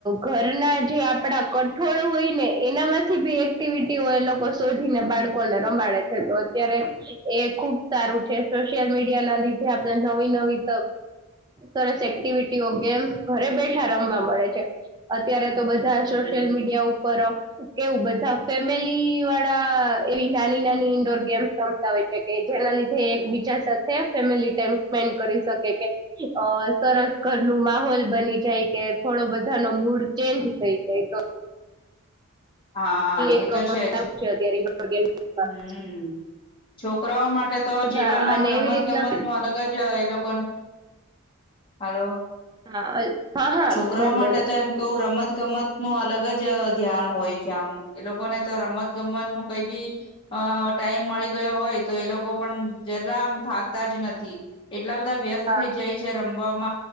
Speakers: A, on the right; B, on the left.
A: ઘરના જે આપડા કઠોળ હોય ને એનામાંથી બી એક્ટિવિટીઓ એ લોકો શોધીને બાળકોને રમાડે છે તો અત્યારે એ ખુબ સારું છે સોશિયલ મીડિયા ના લીધે આપણે નવી નવી સરસ એક્ટિવિટીઓ ગેમ ઘરે બેઠા રમવા મળે છે અત્યારે તો બધા
B: હમ
A: સોશિયલ મીડિયા ઉપર કેવું બધા ફેમિલી વાળા એવી નાની નાની ઈન્ડોર ગેમ્સ રમતા હોયે છે કે જેના લીધે એક બીજા સાથે ફેમિલી ટાઈમ સ્પેન્ડ કરી શકે કે સરસ ઘર ન માહોલ બની જાય કે થોડો બધા ન મૂડ ચેન્જ થઈ જાય તો
B: હા
A: એક
B: એ તો
A: સારું
B: છે જ
A: અત્યારે માં.
B: હમ્મ છોકરાઓ માટે તો જીવનમાં
A: હા અને
B: આમ રમત
A: એવી રીતના
B: ગમત નું અલગ જ એ લોક કોણ હલો
A: હા હા
B: છોકરાઓ
A: મેમ
B: માટે
A: બોલો
B: તો એમ કવું રમત ગમત નું અલગ જ ધ્યાન હોય છે આમ એ લોકોને તો રમત ગમત નું કઈ બી અ ટાઈમ મળી ગયો હોય તો એ લોકો પણ જરા આમ થાકતા જ નથી એટલા બધા વ્યસ્ત
A: હા
B: થઈ જાય છે રમ રમ